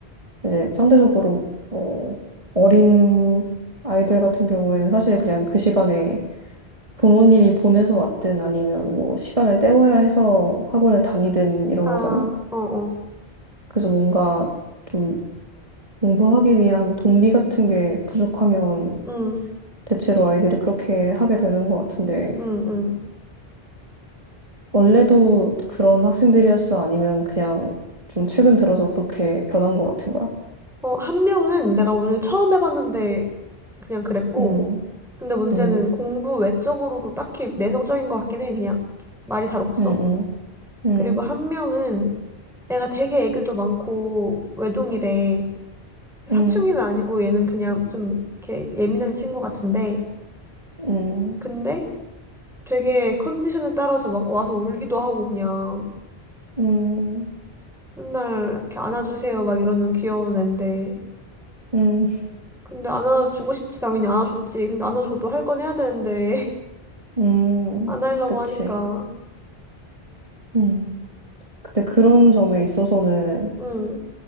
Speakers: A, on the right (about 35°); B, in the centre.
A: 이제 상대적으로 어, 어린 아이들 같은 경우에는 사실 그냥 그 시간에 부모님이 보내서 왔든 아니면 뭐 시간을 때워야 해서 학원을 다니든 이런
B: 아,
A: 거잖아.
B: 어, 어,
A: 그래서 뭔가 좀 공부하기 위한 동기 같은 게 부족하면
B: 음,
A: 대체로 아이들이 그렇게 하게 되는 것 같은데
B: 음, 음.
A: 원래도 그런 학생들이었어? 아니면 그냥 좀 최근 들어서 그렇게 변한 것 같은 거야?
B: 어, 한 명은 내가 오늘 처음 해봤는데 그냥 그랬고,
A: 음,
B: 근데 문제는
A: 음,
B: 공부 외적으로도 딱히 내성적인 것 같긴 해. 그냥 말이 잘 없어.
A: 음, 음, 음,
B: 그리고 한 명은 애가 되게 애교도 많고 외동이래. 사춘기는
A: 음,
B: 아니고 얘는 그냥 좀 이렇게 예민한 친구 같은데,
A: 음.
B: 근데 되게 컨디션에 따라서 막 와서 울기도 하고 그냥
A: 음,
B: 맨날 이렇게 안아주세요 막 이러는 귀여운 앤데.
A: 음,
B: 근데 안아주고 싶지 당연히 안아줬지. 근데 안아줘도 할 건 해야 되는데.
A: 음,
B: 안 하려고
A: 그치.
B: 하니까.
A: 음. 근데 그런 점에 있어서는
B: 응,